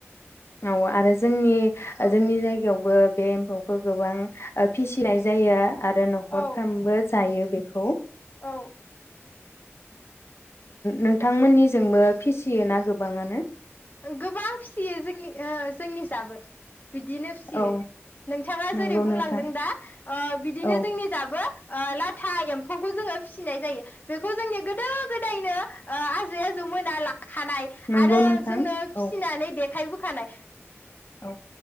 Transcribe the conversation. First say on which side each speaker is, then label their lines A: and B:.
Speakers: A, on the left (about 60°); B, on the left (about 40°).
A: औ आरो जोंनि
B: औ
A: ओ जोंनि जायगायावबो बे एम्फौखौ गोबां ओ फिसिनाय जाया आरो न न'खरफ्रामबो
B: औ
A: जायो। बेखौ
B: औ।
A: नोंथांमोननिजोंबो फिसियो ना गोबाङानो।
B: गोबां फिसियो जोंनि ओ जोंनि जाबो बिदिनो फिसियो
A: औ
B: नोंथाङा
A: नंगौ
B: जेरै बुंलांदों
A: नोंथां।
B: दा ओ बिदिनो
A: औ
B: जोंनि दाबो ओ लाथा एम्फौखौ जोङो फिसिनाय जायो बेखौ जोंनि गोदो गोदायनो ओ आजै आजौ मोना ला खानाय
A: नंगौ
B: आरो
A: नोंथां
B: जोंनो फिसिनानै
A: औ।
B: दे थायबो खानाय
A: औ